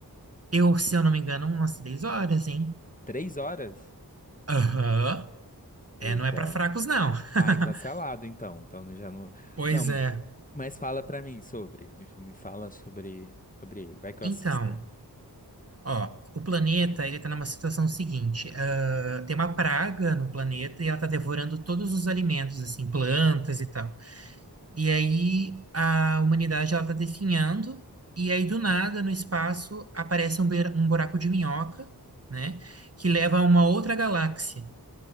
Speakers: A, on the right; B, on the left.
A: eu, se eu não me engano, umas 10 horas, hein?
B: Três horas?
A: Aham,
B: Eita.
A: É, não é pra fracos, não. <laughs>
B: Ai, cancelado então. Então já não.
A: Pois
B: Não,
A: é.
B: mas fala pra mim sobre. Me, me fala sobre, sobre ele. Vai que
A: Então,
B: eu assista.
A: ó, o planeta, ele tá numa situação seguinte, ah, tem uma praga no planeta e ela tá devorando todos os alimentos, assim, plantas e tal. E aí a humanidade, ela tá definhando e aí do nada, no espaço, aparece um, beira- um buraco de minhoca, né, que leva a uma outra galáxia.